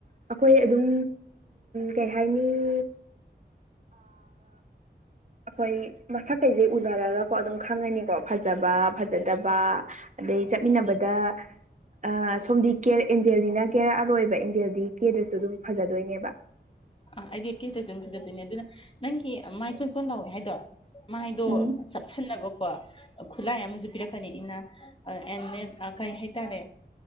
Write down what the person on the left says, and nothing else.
ꯑꯥ ꯑꯩꯗꯤ ꯀꯦꯇ꯭ꯔꯁꯨ ꯑꯗꯨꯝ ꯐꯖꯗꯣꯏꯅꯦ ꯑꯗꯨꯅ ꯅꯪꯒꯤ ꯃꯥꯏ ꯆꯣ ꯆꯣꯟ ꯂꯥꯎꯋꯦ ꯍꯥꯏꯗꯣ ꯃꯥꯥꯏꯗꯞ
ꯁꯟꯅꯕꯀꯣ ꯈꯨꯠꯂꯥꯏ ꯑꯃꯁꯨ ꯄꯤꯔꯛꯀꯅꯤ ꯏꯅ ꯑꯦꯟ ꯗꯦꯟ ꯀꯩ ꯍꯥꯏꯇꯥꯔꯦ